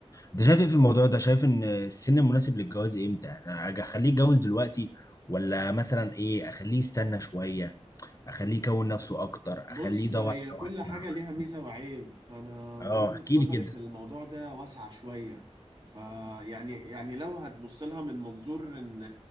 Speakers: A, on the left (about 30°); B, on the right (about 40°).
A: انت شايف ايه في الموضوع ده شايف ان السن المناسب للجواز امتى يعني أنا اخليه يتجوز دلوقتي ولا مثلا ايه اخليه يستنى شوية اخليه يكون نفسه اكتر
B: بص
A: اخليه يدور
B: هي
A: على
B: كل
A: واحده
B: حاجة ليها
A: احسن
B: ميزة وعيب فانا
A: اه
B: وجهة
A: احكي
B: نظري
A: لي كده
B: في الموضوع ده واسعة شوية فيعني يعني يعني لو هتبص لها من منظور ان